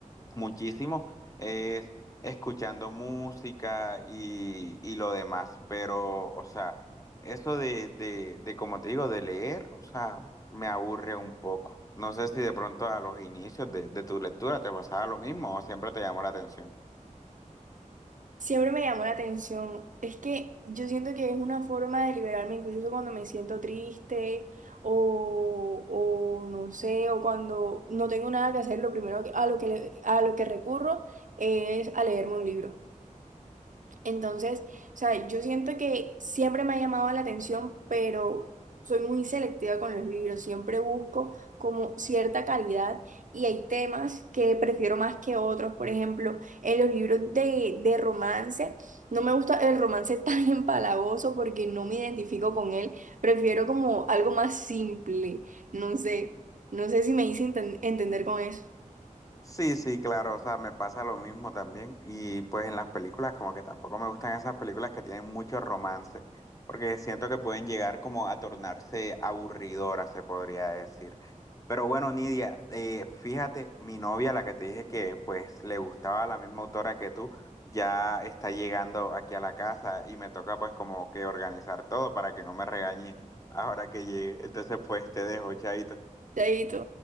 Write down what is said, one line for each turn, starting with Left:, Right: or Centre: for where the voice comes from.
Left: muchísimo es escuchando música y, y lo demás, pero, o sea, eso de, de, de, como te digo, de leer, o sea, me aburre un poco. No sé si de pronto a los inicios de, de tu lectura te pasaba lo mismo o siempre te llamó la atención.
Right: Siempre me llamó la atención. Es que yo siento que es una forma de liberarme, incluso cuando me siento triste o, o no sé, o cuando no tengo nada que hacer, lo primero que- a lo que, le- a lo que recurro es a leerme un libro. Entonces, o sea, yo siento que siempre me ha llamado la atención, pero soy muy selectiva con los libros. Siempre busco como cierta calidad y hay temas que prefiero más que otros. Por ejemplo, en los libros de, de romance, no me gusta el romance <laughs> tan empalagoso porque no me identifico con él. Prefiero como algo más simple. No sé, no sé si me hice enten- entender con eso.
Left: Sí, sí, claro, o sea, me pasa lo mismo también. Y pues en las películas como que tampoco me gustan esas películas que tienen mucho romance, porque siento que pueden llegar como a tornarse aburridoras, se podría decir. Pero bueno, Nidia, eh, fíjate, mi novia, la que te dije que pues le gustaba la misma autora que tú, ya está llegando aquí a la casa y me toca pues como que organizar todo para que no me regañe ahora que llegue. Entonces pues te dejo, chaito.
Right: Chaito.